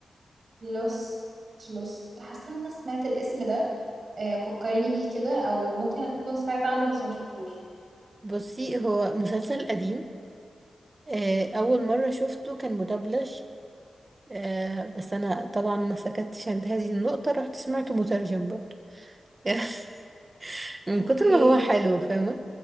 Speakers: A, on the right; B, on the right.
A: لوست لوست حاسة ان انا سمعت الاسم ده آه، فكريني بيه كده او ممكن اكون سمعت عنه بس ما شفتوش
B: بصي هو مسلسل قديم آه، اول مرة شفته كان مدبلج آه، بس انا طبعا ما سكتش عند هذه النقطة رحت سمعته مترجم برضه <laughs> من
A: اوكي
B: كتر ما هو حلو فاهمة